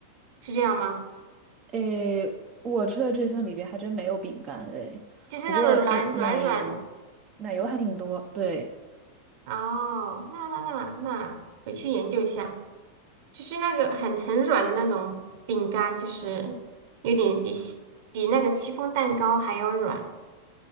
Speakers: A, on the right (about 50°); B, on the right (about 30°).
A: 是这样吗？
B: 诶，我吃的这份里边还真没有饼干诶，
A: 就是那个软软软。
B: 不过就奶油，奶油还挺多。对，
A: 哦，那那那那回去研究一下，就是那个很很软的那种饼干，就是有点比西比那个戚风蛋糕还要软。